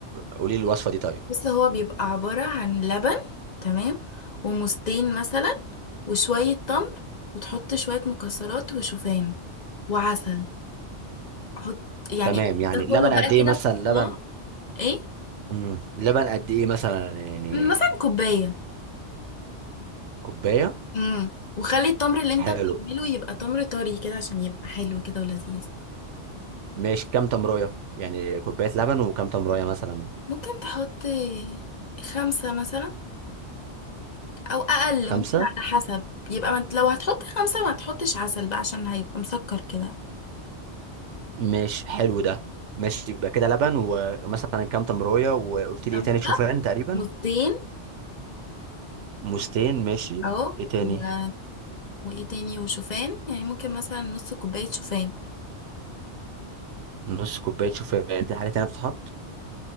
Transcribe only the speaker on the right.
قولي لي الوصفه دي طيب
تمام
يعني لبن
قد ايه
مثلا
لبن
مم. لبن قد ايه مثلا يعني
كوبايه
حلو
ماشي كام تمريه يعني كوبايه لبن وكام تمريه مثلا
خمسه
مش حلو ده ماشي يبقى كده لبن ومثلا كام تمريه وقلت لي
ايه تاني شوفان تقريبا
مستين ماشي
ايه تاني
نص كوبايه شوفان في حاجه تانيه بتتحط